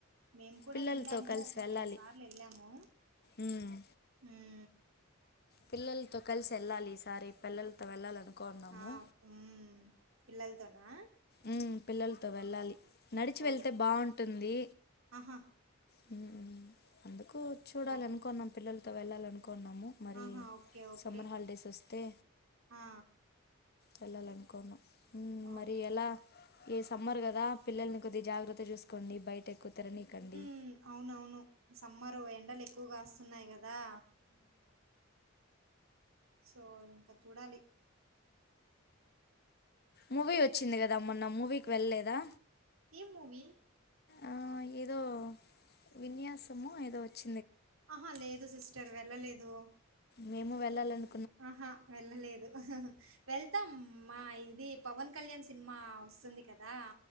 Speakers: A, on the right; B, on the left.
A: మేము కూడా
B: పిల్లలతో
A: వెళ్ళాము
B: కలిసి
A: ఒకట్
B: వెళ్ళాలి
A: రెండు సార్లు వెళ్ళాము
B: ఉమ్,
A: హుం
B: పిల్లలతో కలిసి వెళ్ళాలి ఈసారి పిల్లలతో వెళ్ళాలను కున్నము
A: ఆ ఉమ్ పిల్లలతోనా
B: ఉ పిల్లలతో వెళ్ళాలి నడిచి
A: ఓ
B: వెళ్తే బాగుంటుంది
A: ఆహా
B: హు అందుకు చూడాలనుకున్నాం
A: ఓ
B: పిల్లల్ తో వెళ్ళాలన్ అను కొన్నాము మరి
A: ఆహా ఓకే ఓకే
B: సమ్మర్ హాలిడేస్ వస్తే
A: ఆ
B: వెళ్ళాలనుకున్న హు మరి
A: ఓకే
B: ఎలా ఇగ సమ్మర్ కదా పిల్లల్ని కొద్ది జాగ్రత్త చూసుకోండి బయట ఎక్కు తిరని కండి
A: హు అవునవును సమ్మరు ఎండలు ఎక్కువగాస్తున్నాయి కద్ ఆ సో ఇంకా చూడాలి
B: మూవీ వచ్చింది కదా మొన్న మూవీకి వెళ్ళలేదా
A: ఎం మూవీ
B: ఆ ఏదో విన్యాసమొ ఏదో వచ్
A: ఆహా లేదు సిస్టర్ వే ళ్ళలేదు
B: మేము వెళ్ళాలన్
A: ఆహా వెళ్ళలేదు వెళ్తాం మా ఇది పవన్ కళ్యాణ్ సినిమా వస్తుంది కదా